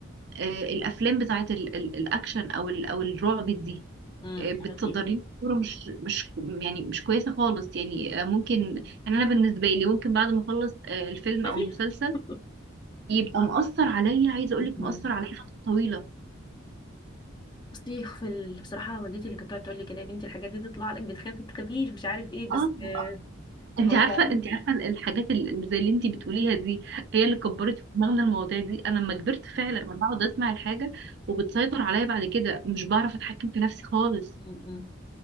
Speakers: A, on the right; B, on the left.
A: آه، الافلام بتاعت ال- ال- الاكشن او ال- او الرعب دي
B: امم
A: آه، بتصدر
B: أنا فيها
A: لي صورة مش مش يعني مش كويسه خالص يعني آه، ممكن يعني انا بالنسبه لي ممكن بعد ما اخلص آه، الفيلم
B: يا
A: او
B: فيها
A: المسلسل
B: <laughs>
A: يبقى مؤثر عليا عايزه اقول
B: مم.
A: لك مؤثر عليا فتره طويله
B: بصي في ال... بصراحة والدتي اللي كانت تقعد تقول لي كده يا بنتي الحاجات دي تطلع لك بتخافي تخافيش مش عارف ايه بس
A: اه
B: آه،
A: انت
B: هو
A: عارفه انت عارفه الحاجات ال- اللي زي اللي انت بتقوليها دي هي اللي كبرت في دماغنا المواضيع دي انا لما كبرت فعلا انا بقعد اسمع الحاجه وبتسيطر عليا بعد كده مش بعرف اتحكم في نفسي خالص
B: مم.